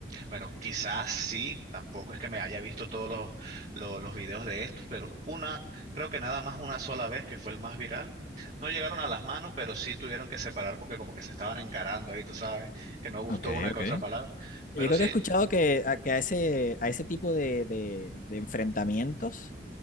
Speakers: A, on the right; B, on the left.
A: bueno, quizás sí, tampoco es que me haya visto todos los, los, los videos de estos, pero una, creo que nada más una sola vez que fue el más viral. No llegaron a las manos, pero sí tuvieron que separar porque como que se estaban encarando ahí, tú sabes, que no gustó
B: ok,
A: una
B: ok.
A: que otra palabra. Pero
B: Yo creo
A: sí,
B: que he escuchado que a, que a ese, a ese tipo de, de- de enfrentamientos